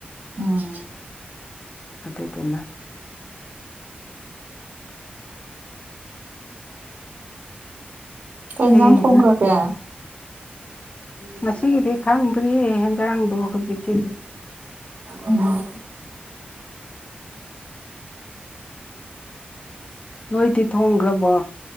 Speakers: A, on the right; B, on the left.
A: ꯎꯝ
B: ꯑꯗꯨꯗꯨꯅ
A: ꯀꯩ ꯌꯦꯟꯁꯥꯡ
B: ꯍꯌꯦꯡꯅ
A: ꯊꯣꯡꯈ꯭ꯔꯒꯦ
B: ꯉꯁꯤꯒꯤꯗꯤ ꯈꯪꯗ꯭ꯔꯤ ꯍꯦꯟꯖꯥꯡꯗꯨ ꯍꯨꯖꯤꯛꯀꯤꯗꯤ
A: ꯎꯝ
B: ꯅꯣꯏꯇꯤ ꯊꯣꯡꯒ꯭ꯔꯕꯣ